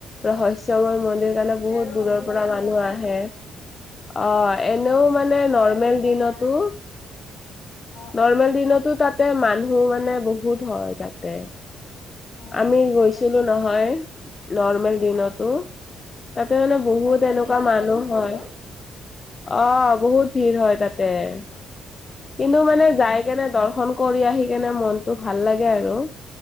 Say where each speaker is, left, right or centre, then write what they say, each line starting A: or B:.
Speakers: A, on the left; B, on the left.
A: ৰহস্যময় মন্দিৰ সেইকাৰণে বহুত
B: তাতে আৰু
A: দূৰৰ
B: অম্বুবাচী
A: পৰা মানুহ
B: মেলা
A: আহে অঁ এনেও
B: উম
A: মানে
B: তাতে
A: নৰ্মেল
B: আৰু মেলা
A: দিনতো
B: অ
A: নৰ্মেল
B: অ
A: দিনতো তাতে মানুহ মানে বহুত হয় তাতে
B: অ
A: আমি
B: গম
A: গৈছিলো
B: পাইছো
A: নহয়
B: বাৰু
A: নৰ্মেল দিনতো
B: অ
A: তাতে মানে
B: উম
A: বহুত
B: লাইন
A: এনেকুৱা
B: পাতিব
A: মানুহ
B: লাগে ন
A: হয়
B: বহুত
A: অ বহুত ভিৰ হয় তাতে কিন্তু
B: উম
A: মানে
B: উম
A: যাই কেনে দৰ্শন কৰি আহি কেনে মনতটো ভাল লাগে আৰু